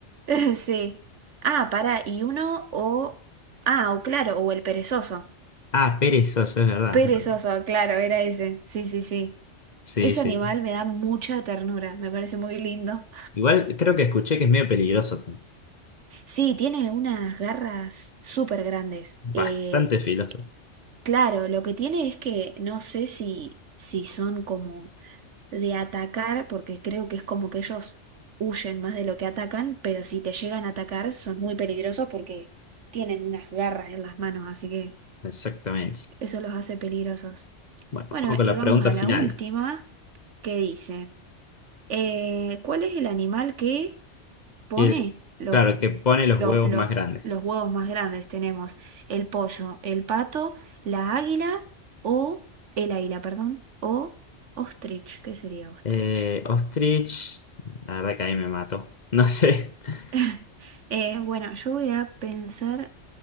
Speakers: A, on the right; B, on the left.
A: <laughs> Sí. Ah, para, y uno o... Ah, o claro, o el perezoso.
B: Ah, perezoso, es verdad.
A: Perezoso,
B: Bueno,
A: claro, era ese. Sí, sí, sí.
B: Sí,
A: Ese
B: sí.
A: animal me da mucha ternura, me parece muy lindo.
B: Igual creo que escuché que es medio peligroso.
A: Sí, tiene unas garras súper grandes.
B: Bastante
A: Eh,
B: filoso.
A: claro, lo que tiene es que no sé si, si son como de atacar, porque creo que es como que ellos huyen más de lo que atacan, pero si te llegan a atacar son muy peligrosos porque tienen unas garras en las manos, así que...
B: Exactamente.
A: Eso los hace peligrosos.
B: Bueno,
A: Bueno,
B: vamos con
A: y
B: la
A: vamos
B: pregunta
A: a la
B: final.
A: última que dice, eh, ¿cuál es el animal que pone
B: Que-
A: los,
B: claro, que pone los
A: los,
B: huevos
A: los,
B: más grandes.
A: los huevos más grandes? Tenemos el pollo, el pato, la águila o el águila, perdón, o ostrich. ¿Qué sería ostrich?
B: Eh, ostrich, la verdad que ahí me mato. No sé. <laughs>
A: <laughs> Eh, bueno, yo voy a pensar